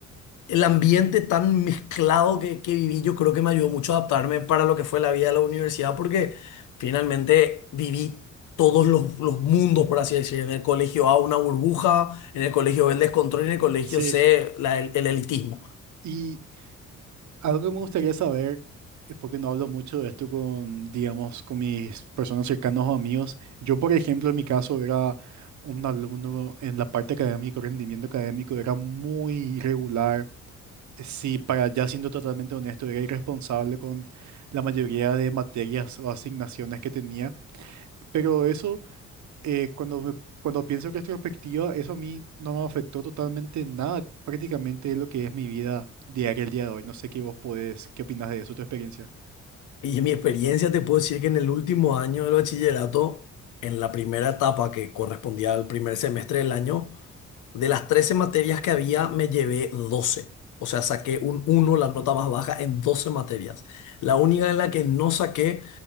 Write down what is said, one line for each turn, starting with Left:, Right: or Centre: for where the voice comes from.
Left: el ambiente tan mezclado que, que viví yo creo que me ayudó mucho a adaptarme para lo que fue la vida de la universidad porque finalmente viví todos los, los mundos, por así decir, en el colegio A una burbuja, en el colegio B el descontrol y en el colegio
Right: sí.
Left: C la- el el elitismo.
Right: Y algo que me gustaría saber, es porque no hablo mucho de esto con, digamos, con mis personas cercanas o amigos. Yo, por ejemplo, en mi caso era un alumno en la parte académica, rendimiento académico, era muy irregular. Sí, para ya siendo totalmente honesto, era irresponsable con la mayoría de materias o asignaciones que tenía. Pero eso... eh, cuando, me- cuando pienso que retrospectiva, eso a mí no me afectó totalmente en nada, prácticamente es lo que es mi vida diaria el día de hoy. No sé qué vos podés, qué opinas de eso, tu experiencia.
Left: Y en mi experiencia te puedo decir que en el último año del bachillerato, en la primera etapa que correspondía al primer semestre del año, de las 13 materias que había, me llevé doce O sea, saqué un uno la nota más baja, en 12 materias. La única en la que no saqué